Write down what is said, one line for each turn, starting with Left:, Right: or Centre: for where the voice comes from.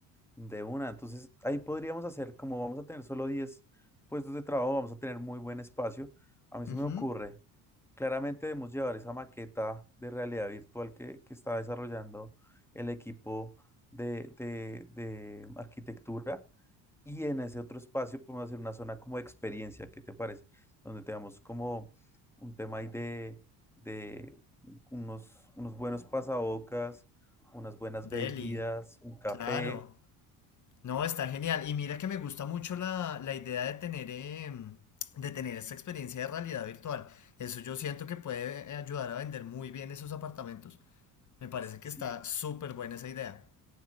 Centre: de una. Entonces ahí podríamos hacer, como vamos a tener solo 10 puestos de trabajo, vamos a tener muy buen espacio. A mí
Left: Ujú,
Centre: se me ocurre, claramente debemos llevar esa maqueta de realidad virtual que, que está desarrollando el equipo de, de de arquitectura Y en ese otro espacio podemos hacer una zona como de experiencia, ¿qué te parece? Donde tengamos como un tema ahí de, de unos, unos buenos pasabocas, unas buenas
Left: Deli,
Centre: bebidas, un café.
Left: claro. No, está genial. Y mira que me gusta mucho la, la idea de tener, em, de tener esta experiencia de realidad virtual. Eso yo siento que puede eh, ayudar a vender muy bien esos apartamentos. Me parece que
Centre: Sí,
Left: está súper buena esa idea.